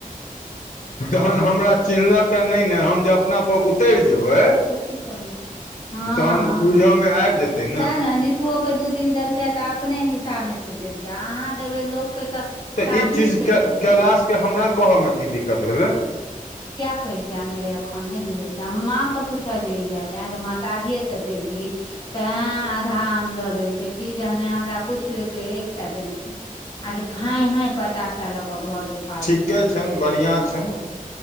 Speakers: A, on the left (about 55°); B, on the left (about 35°).
A: तहन हमरा चिन्हलक य नहि नऽ हम जे अपनापर उतैर जेबै
B: ओ की करै छै हँ
A: तहन बूझयमे आबि जेतै
B: ते ने नीतुओ के दू दिन देलकै तऽ अपने हिस्सामे से देलकै अहाँ देबै लोकके तऽ
A: तऽ
B: साझी
A: ई चीज
B: से देबै
A: कैलशके हमरा कहऽमे की दिक्कत भेलै
B: किया कहिता अनेरे अखन नहि बुझैत छै हम माँ के पुछलियै य जे आय गे माँ शादिये से देलही तऽ एय आधा आम लऽ लेलकै कि जहने हमरा पुछलकै एक सौ देलकैय आर फाय हायं पचास टा ल क घर धुपा
A: ठीके
B: लेलकै
A: छैन बढ़ियाॅं छैन